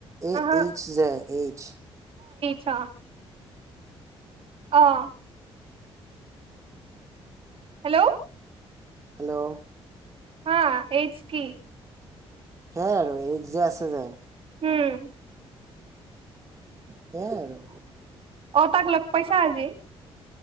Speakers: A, on the right; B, on the right.
A: এ
B: আহ
A: এইচ যে এইচ।
B: চাও। অ', হেল্ল'
A: হেল্ল'
B: হা এইডছ কি।
A: সেইয়ে আৰু এইডছ যে আছে যে।
B: হম
A: সেইয়ে আৰু।
B: অ তাক লগ পাইছা আজি?